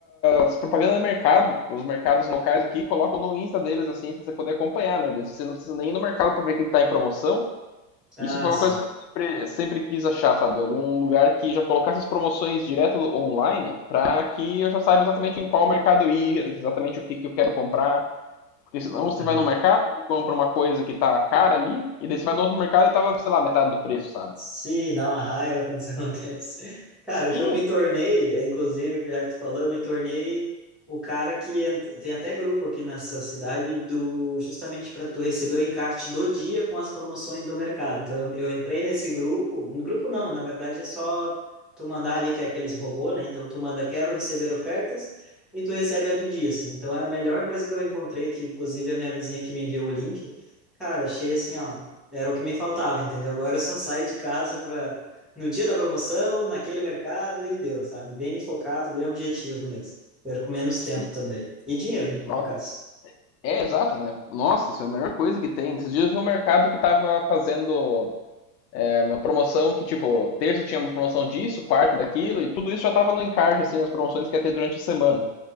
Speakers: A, on the left (about 85°); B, in the centre.
A: as propagandas do mercado, os mercados locais aqui colocam no Insta deles, assim, pra você poder acompanhar, né? Você não precisa nem ir no mercado pra ver o que que tá em promoção.
B: Ah,
A: Isso foi
B: sim.
A: uma coisa que eu sempre, sempre quis achar, sabe? Algum lugar que já colocasse as promoções direto do- online para que eu já saiba exatamente em qual mercado ir, exatamente o que, que eu quero comprar. Porque senão você
B: Ah.
A: vai no mercado, compra uma coisa que tá cara ali, e daí você vai no outro mercado e tava, sei lá, metade do preço, sabe?
B: Sim, dá uma raiva quando isso <laughs> acontece. Cara,
A: Sim,
B: o que eu me tornei, é, inclusive, já que tu falou, eu me tornei o cara que ent- tem até grupo aqui nessa cidade do justamente para tu receber o encarte do dia com as promoções do mercado. Então eu, eu entrei nesse grupo, um grupo não, na verdade é só tu mandar ali que é aqueles robô, né? Então tu manda quero receber ofertas e tu recebe a do dia, assim. Então é a melhor coisa que eu encontrei, que inclusive a minha vizinha que me enviou o link. Cara, achei assim, ó. Era o que me faltava, entendeu? Agora eu só saio de casa para no dia da promoção, naquele mercado e deu, sabe? Bem focado, bem objetivo mesmo. Perco menos
A: sim.
B: tempo também. E dinheiro, né,
A: Ó,
B: no caso.
A: É, exato, né? Nossa, isso é a melhor coisa que tem. Esses dias eu vi um mercado que tava fazendo é, uma promoção que, tipo, terça tinha uma promoção disso, quarta daquilo, e tudo isso já tava no encarte, assim, as promoções que ia ter durante a semana.